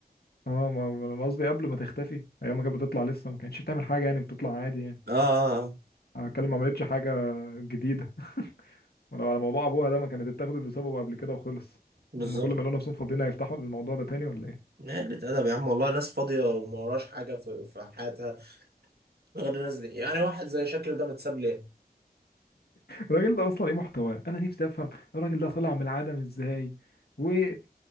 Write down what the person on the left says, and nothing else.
اه ما ما انا قصدي قبل ما تختفي ايام ما كانت بتطلع لسه ما كانتش بتعمل حاجه يعني بتطلع عادي يعني
انا بتكلم ما عملتش حاجه جديده ولو على موضوع ابوها ده ما كانت اتاخدت بسببه قبل كده وخلص
هم كل ما يلاقوا نفسهم فاضيين هيفتحوا الموضوع ده تاني ولا ايه
الراجل ده اصلا ايه محتواه انا نفسي افهم الراجل ده طلع من العدم ازاي وايه